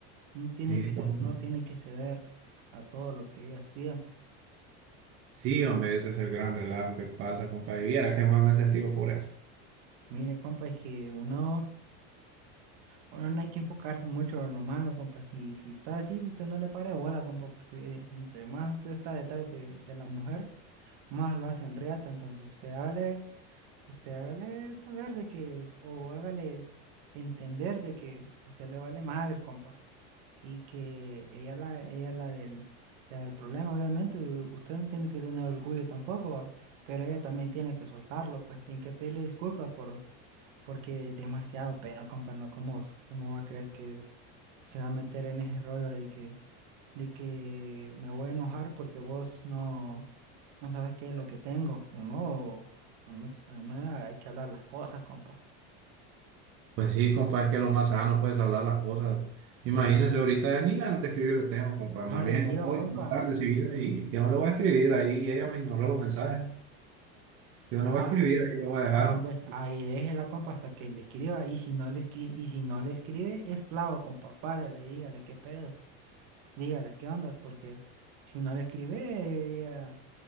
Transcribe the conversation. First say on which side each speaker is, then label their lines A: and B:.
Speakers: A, on the right; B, on the right.
A: No tiene
B: sí,
A: que
B: compa,
A: ceder, no tiene que ceder a todo lo que ellas pidan.
B: sí, hombre, ese es el gran relajo que pasa, compa, y viera que más me he sentido por eso.
A: Mire, compa, es que uno, uno no hay que enfocarse mucho en lo malo, compa. Si, si está así, usted no le pare bola, compa, porque entre más usted está detrás de, de la mujer, más lo hacen reata. Entonces usted hágale, usted hágale saber de que, o hágale entender de que a usted le vale madres, compa. Y que ella la, ella la del, la del problema, obviamente, usted no tiene que tener orgullo tampoco, pero ella también tiene que soltarlo, pues tiene que pedirle disculpas por porque demasiado peda, compa, ¿no? ¿Cómo, cómo va a creer que se va a meter en ese rollo de que, de que me voy a enojar porque vos no, no sabes qué es lo que tengo? Uno, uno, uno hay que hablar las cosas, compa.
B: Pues sí, compa, es que lo más sano, puedes hablar las cosas, Imagínese ahorita ni ganas de escribirle tengo, compa,
A: No
B: más
A: le
B: bien
A: escriba,
B: hoy,
A: compa.
B: más tarde, si viene, y yo no le voy a escribir, ahí ella me ignoró los mensajes. Yo
A: No,
B: no voy a escribir, ahí le voy a dejar.
A: no, hombre, ahí déjela, compa, hasta que le escriba. Y si no le escribe, y si no le escribe, es clavo, compa, párele y dígale qué pedo. Dígale qué ondas, porque si no le escribe, ella,